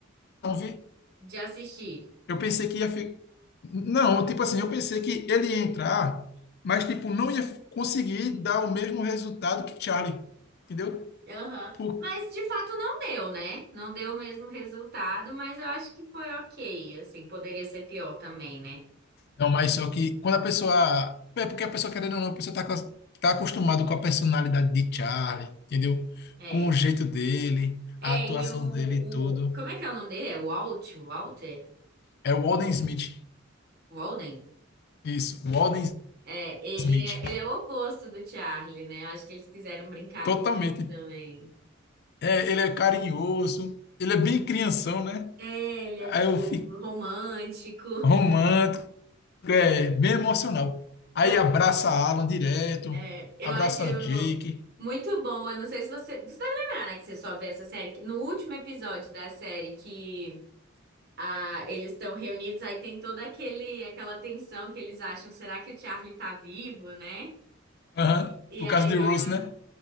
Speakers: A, on the left; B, on the right.
A: não, vi?
B: de assistir.
A: Eu pensei que ia ficar Não, tipo assim, eu pensei que ele ia entrar, mas tipo não ia conseguir dar o mesmo resultado que Charlie. Entendeu?
B: Aham.
A: Por...
B: Mas de fato não deu, né? Não deu o mesmo resultado, mas eu acho que foi ok. Assim, poderia ser pior também, né?
A: Não, mas só que quando a pessoa. É porque a pessoa, querendo ou não, a pessoa tá, com a- tá acostumada com a personalidade de Charlie, entendeu?
B: É.
A: Com o jeito dele,
B: É,
A: a atuação
B: e o,
A: dele e tudo.
B: o... Como é que é o nome dele? É Walt? Walter?
A: É
B: Walden.
A: o Alden Smith.
B: Walden?
A: Isso, o Alden
B: É, ele
A: Smith.
B: é, ele é o oposto do Charlie, né? Eu acho que eles quiseram brincar
A: Totalmente.
B: com isso também.
A: É, ele é carinhoso, ele é bem crianção, né?
B: É, ele
A: Aí
B: é bobo,
A: eu fico
B: romântico.
A: romântico, é bem emocional. Aí
B: Não,
A: abraça a Alan direto,
B: É, eu
A: abraça
B: acho
A: a Jake,
B: muito bom. Eu não sei se você. Você deve lembrar, né, que você só vê essa série. que No último episódio da série que ah, eles estão reunidos, aí tem toda aquele, aquela tensão que eles acham, será que o Charlie tá vivo, né?
A: aham,
B: E
A: por
B: aí
A: causa de Rose,
B: a.
A: né?